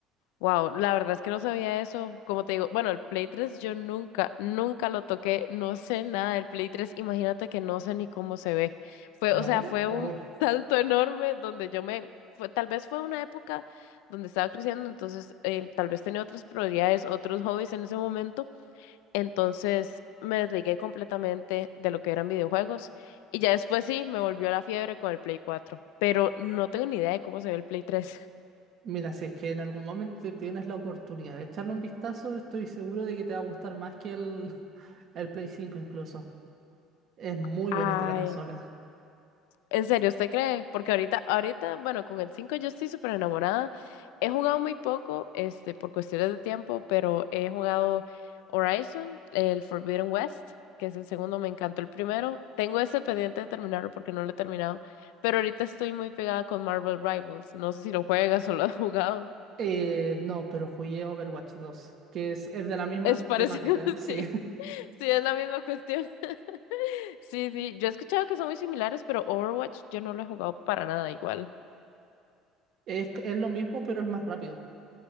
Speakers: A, on the left (about 90°); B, on the right (about 50°).
A: Wow, la verdad es que no sabía eso. Como te digo, bueno, el Play 3 yo nunca, nunca lo toqué, no sé nada del Play 3, imagínate que no sé ni cómo se ve. Fue,
B: ¿No?
A: o sea, fue
B: o
A: un <laughs> salto enorme donde yo me, fue, tal vez fue una época donde estaba creciendo, entonces eh, tal vez tenía otras prioridades, otros hobbies en ese momento Entonces me desligué completamente de lo que eran videojuegos y ya después sí me volvió la fiebre con el Play cuatro pero no tengo ni idea de cómo se ve el Play tres
B: mira, si es que en algún momento tienes la oportunidad de echarle un vistazo, estoy seguro de que te va a gustar más que el, <laughs> el Play 5 incluso. Es muy
A: <laughs>
B: bonita
A: Ay.
B: la consola.
A: ¿En serio usted cree? Porque ahorita, ahorita, bueno, con el 5 yo estoy súper enamorada. He jugado muy poco, este, por cuestiones de tiempo, pero he jugado Horizon, el Forbidden West, que es el segundo, me encantó el primero. Tengo ese pendiente de terminarlo porque no lo he terminado, pero ahorita estoy muy pegada con Marvel Rivals. No sé si lo juegas o lo has jugado.
B: Eh, no, pero jugué Overwatch dos, que es, es de la misma
A: Es parecido,
B: temática,
A: <laughs>
B: sí.
A: sí.
B: <laughs>
A: Sí, es la misma cuestión. <laughs> Sí, sí. Yo he escuchado que son muy similares, pero Overwatch yo no lo he jugado para nada igual.
B: Es, es lo mismo, pero es más rápido.